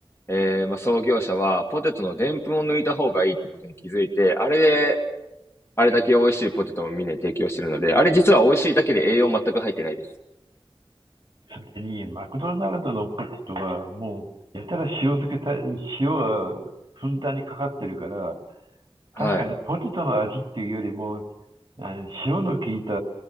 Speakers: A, on the left; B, on the right.
A: えーまあ、創業者は、ポテトのでんぷんを抜いた方がいいってことに気づいて、あれで、あれだけ美味しいポテトをみんなに提供してるので、あれ実は美味しいだけで栄養全く入ってないです。
B: それに、マクドナルドのポテトは、もう、やたら塩漬けた、塩はふんだんにかかってるから、
A: はい。
B: 確かにポテトの味っていうよりも、あ塩の効いた